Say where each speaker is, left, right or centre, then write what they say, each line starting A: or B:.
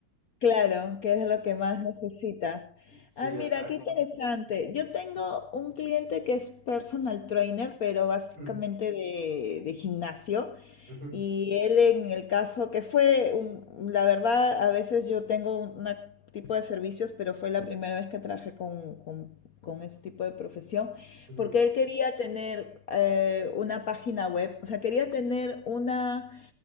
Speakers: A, on the left; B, on the right.
A: Claro, que es lo que más necesitas.
B: Sí,
A: Ah,
B: exacto.
A: mira, qué interesante. Yo tengo un cliente que es personal trainer, pero básicamente
B: Ujú,
A: de, de gimnasio.
B: ujú,
A: Y él en el caso que fue, un- la verdad, a veces yo tengo un una tipo de servicios, pero fue la primera vez que trabajé con, con, con ese tipo de profesión,
B: ujú,
A: porque él quería tener eh, una página web, o sea, quería tener una